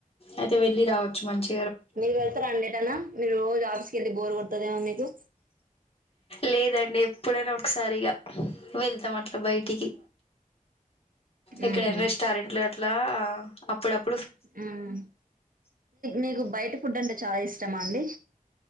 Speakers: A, on the left (about 40°); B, on the right (about 70°).
A: అయితే వెళ్ళి రావచ్చు మంచి
B: మీరు వెళ్తారా అండీ ఎటనా మీరు రోజు ఆఫీస్ కెళ్ళి ఎల్లి బోర్ కొడతాదేమో మీకు
A: లేదండి ఎప్పుడైనా ఒకసారి ఇగ వెళ్తాం అట్ల బయటికి ఎక్కడైనా
B: ఉహు
A: రెస్టారెంట్లు అట్లా ఆ అప్పుడప్
B: హుమ్ మీకు బయట ఫుడ్ అంటే చాలా ఇష్టమా అండి